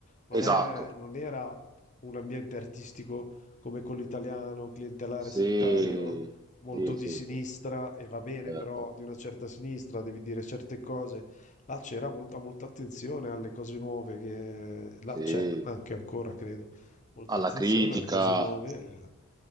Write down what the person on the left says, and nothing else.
Non
è- non era un ambiente artistico come quello italiano, clientelare,
settario, molto
di
sinistra,
e va bene,
però di una certa sinistra, devi dire certe cose. Là c'era molta, molta attenzione alle cose nuove che là
c'è anche ancora, credo molta
attenzione
alle cose nuove, eh,